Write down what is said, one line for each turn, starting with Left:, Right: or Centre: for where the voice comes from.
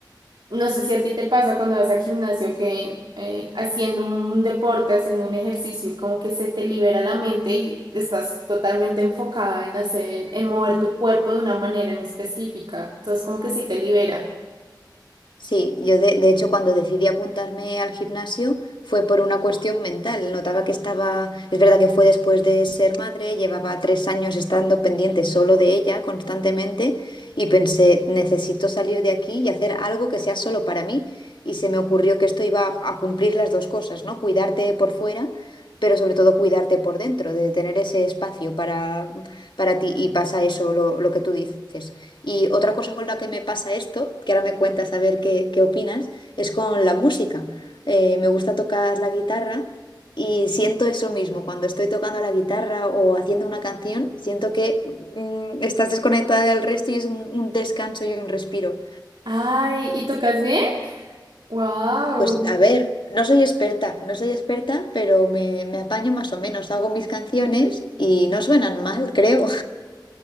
Right: No sé si a ti te pasa cuando vas al gimnasio que eh, haciendo un deporte, haciendo un ejercicio, como que se te libera la mente y estás totalmente enfocada en hacer, en mover tu cuerpo de una manera en específica. Entonces, como que sí te libera.
Left: Sí, yo de, de hecho cuando decidí apuntarme al gimnasio fue por una cuestión mental. Notaba que estaba, es verdad que fue después de ser madre, llevaba tres años estando pendiente solo de ella constantemente y pensé, necesito salir de aquí y hacer algo que sea solo para mí. Y se me ocurrió que esto iba a, a cumplir las dos cosas, ¿no? Cuidarte por fuera, pero sobre todo cuidarte por dentro, de tener ese espacio para, para ti y pasa eso, lo, lo que tú dices. Y otra cosa con la que me pasa esto, que ahora me cuentas a ver qué, qué opinas, es con la música. Eh, me gusta tocar la guitarra y siento eso mismo. Cuando estoy tocando la guitarra o haciendo una canción, siento que mm, estás desconectada del resto y es un, un descanso y un respiro.
Right: Ay, ¿y tocas bien? Wow.
Left: Pues a ver, no soy experta, no soy experta, pero me, me apaño más o menos. Hago mis canciones y no suenan mal, creo.